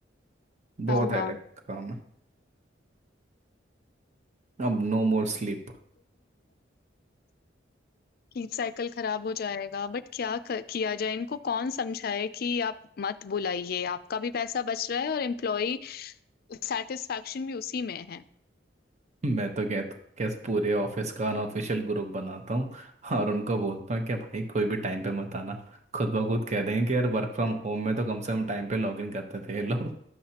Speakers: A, on the right; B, on the left.
A: बहुत
B: हाँ
A: हेडेक
B: हाँ
A: का काम है अब नो मोर स्लीप
B: कीप साइकिल खराब हो जाएगा बट क्या कर, किया जाए इनको कौन समझाए कि आप मत बुलाइए आपका भी पैसा बच रहा है और एम्प्लॉय सेटिस्फैक्शन भी उसी में है
A: मैं तो कहता हूँ कैसे पूरे ऑफिस का अनऑफिशियल ग्रुप बनाता हूँ और उनको बोलता हूँ कि भाई कोई भी टाइम पे मत आना खुद ब खुद कह देंगे कि यार वर्क फ्रॉम होम में तो कम से कम टाइम पे लॉग इन करते थे ये लोग <laughs>